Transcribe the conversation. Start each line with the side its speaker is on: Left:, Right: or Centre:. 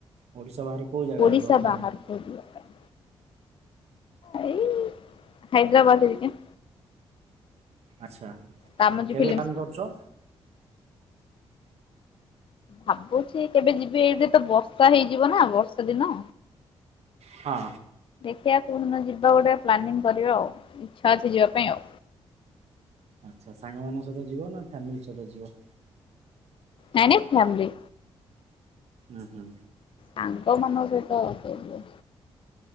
Right: ଓଡିଶା ବାହାରୁ କୋଉ ଜାଗା
Left: ଓଡ଼ିଶା
Right: ଯିବ ପ୍ଲାନିଂ?
Left: ବାହାରକୁ ଯିବା ପାଇଁ ଏଇ ହାଇଦ୍ରାବାଦ ଘରିକା।
Right: ଆଚ୍ଛା
Left: ରାମୋଜୀ
Right: କେବେ
Left: ଫିଲ୍ମ
Right: ପ୍ଲାନ୍ କରୁଛ?
Left: ଭାବୁଛି କେବେ ଯିବି ଏଇଠି ତ ବର୍ଷା ହେଇଯିବ ନା ବର୍ଷା ଦିନ।
Right: ହଁ।
Left: ଦେଖିଆ କୋଉ ଦିନ ଯିବା ଗୋଟେ ପ୍ଲାନିଂ କରିବା ଆଉ, ଇଛା ଅଛି ଯିବା ପାଇଁ ଆଉ।
Right: ଆଚ୍ଛା ସାଙ୍ଗମାନଙ୍କ ସହିତ ଯିବ ନା ଫ୍ୟାମିଲି ସହିତ ଯିବ?
Left: ନାଇଁ ନାଇଁ ଫ୍ୟାମିଲି।
Right: ଉଁ ହୁଁ।
Left: ସାଙ୍ଗମାନଙ୍କ ସହିତ ଫେରିବେ।